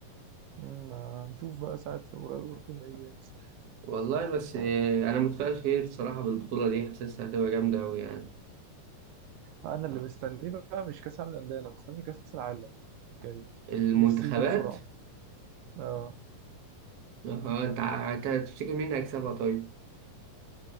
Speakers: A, on the right; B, on the right.
A: أمم، هنشوف بقى ساعة قريب لما يجي ينزل
B: والله بس
A: مش
B: آه،
A: عارف
B: أنا متفائل خير صراحة بالبطولة دي حاسسها هتبقى جامدة أوي يعني
A: آه، أنا اللي مستنيه بقى مش كأس العالم للأندية أنا مستني كأس العالم الجاي
B: المنتخبات
A: نفسي يجي بسرعة آه.
B: اه أنت ع- ت- تفتكر مين هيكسبها طيب؟